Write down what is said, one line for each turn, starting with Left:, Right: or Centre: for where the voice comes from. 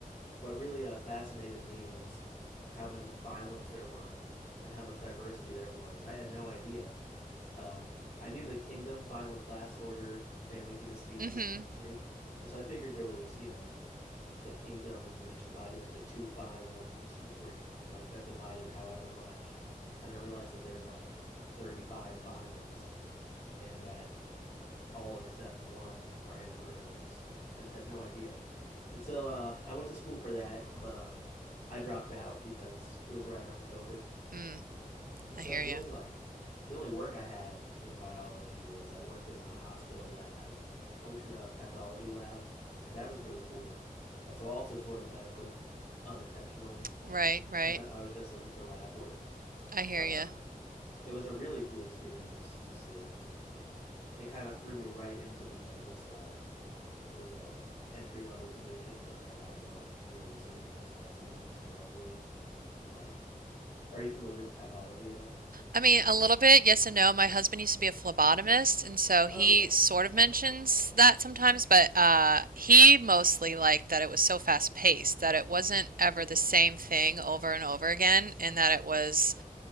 Left: what really uh, fascinated me was how many phylums there were and how much diversity there was. I had no idea. Um, I knew the kingdom, phylum, class, order, family, genus, species
Right: Mm-hmm.
Left: tree, and so I figured there was, you know, the kingdoms were each divided into two phylums, which were like then divided however much. And I realized that there's like 35 phylums, and that all except one are invertebrates. I just had no idea. And so uh, I went to school for that, but um, I dropped out because it was right around COVID.
Right: Mm,
Left: And
Right: I
Left: so
Right: hear
Left: the
Right: you.
Left: only like the only work I had in biology was I worked in a hospital lab. I worked in a pathology lab, and that was really cool. Uh, so also sort of medical, unintentionally.
Right: Right,
Left: <laughs>
Right: right.
Left: I was just looking for lab work,
Right: I hear
Left: but
Right: you.
Left: um, it was a really cool experience to see. I mean, it kind of threw me right into the medical side. You know, it was a entry level position, but I got to like deal with surgical specimens directly. And like, are you familiar with pathology at all?
Right: I mean, a little bit, yes and no. My husband used to be a phlebotomist, and so
Left: Oh,
Right: he
Left: okay.
Right: sort of mentions that sometimes, but uh, he mostly liked that it was so fast paced that it wasn't ever
Left: Mm-hmm.
Right: the same thing over and over again, and that it was